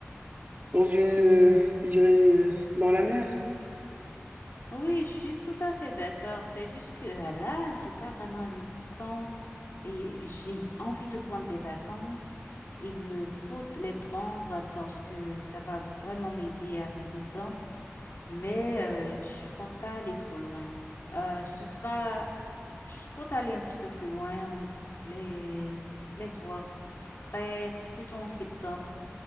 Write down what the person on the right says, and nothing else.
dans une, euh, je dirais, euh, dans la mer.